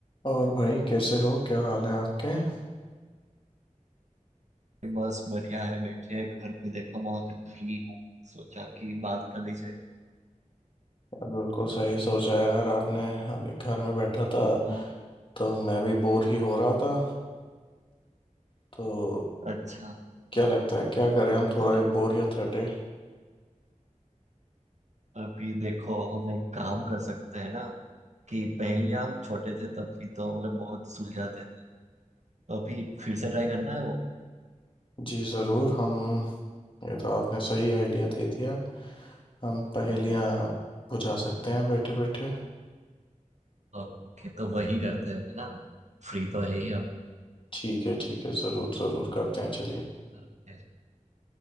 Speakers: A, on the left; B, on the right.
A: और भाई कैसे हो क्या हाल है आपके यार,
B: बस बढ़िया है बैठे हैं घर पे देखो मैं फ्री हूँ सोचा कि बात कर ली जाए
A: बिल्कुल सही सोचा यार आपने अभी घर में बैठा था
B: हाँ,
A: तो मैं भी बोर ही हो रहा था तो
B: अच्छा
A: क्या लगता है क्या करें हम थोड़ा
B: तो
A: ये बोरियत हटे
B: अभी देखो हम एक काम कर सकते हैं ना कि पहले हम छोटे थे तब भी तो मतलब बहुत सुलझाते थे तो अभी फिर से ट्राई करना है वो
A: जी ज़रूर हम ये तो आपने सही आइडिया दे दिया हम पहेलियाँ
B: हाँ
A: बुझा सकते हैं बैठे बैठे
B: ओके तो वही करते हैं है ना फ्री तो है ही हम
A: ठीक है ठीक है ज़रूर ज़रूर करते हैं चलिए
B: ओके